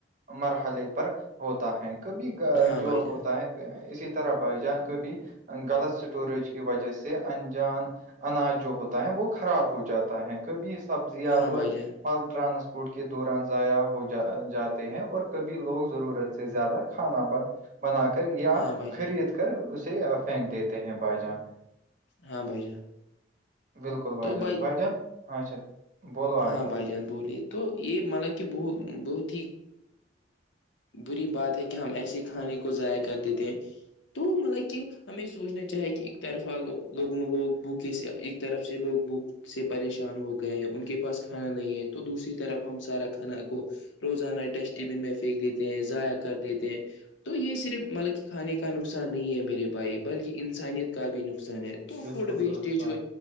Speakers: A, on the right; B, on the left.
A: مرحلے پر ہوتا ہے کبھی
B: ہاں
A: جو
B: بھائی جان
A: ہوتا ہے اسی طرح ب جاناں کبھی غلط اسٹوریج کی وجہ سے انجان اناج جو ہوتا ہے وہ خراب ہو جاتا ہے کبھی سبزیاں
B: ہاں
A: اور
B: بھائی جان
A: ٹرانسپورٹ کے دوران ضائع ہو جا جاتے ہیں اور کبھی لوگ ضرورت سے زیادہ کھانا بن بنا کر یا
B: ہاں بھائی جان
A: خرید کر اسے پھینک دیتے ہیں بھائی جان
B: ہاں بھائی جان
A: بالکل بائیجان
B: تو بھائی
A: بائیان اچھا بولو آپ
B: ہاں بھائی جان بولیے تو یہ مطلب کہ ب بہت ہی ہ بری بات ہے کہ ہم ایسے کھانے کو ضائع کر دیتے ہیں تو مطلب کہ ہمیں سوچنا چاہے کہ ایک طرفہ لوگ لوگوں لوگ بکے سے ایک طرف سے لوگ بک سے پریشان ہو گئے ہیں ان کے پاس کھانا نہیں ہے تو دوسری طرف ہم سارا کھانا کو روزانہ ڈسٹ بن میں پھینک دیتے ہیں ضائع کر دیتے ہیں تو یہ صرف مطلب کہ کھانے کا نقصان نہیں ہے میرے بھائی بلکہ انسانیت کا بھی نقصان ہے تو
A: بالکل
B: فوڈ ویسٹ
A: درست
B: جو
A: بات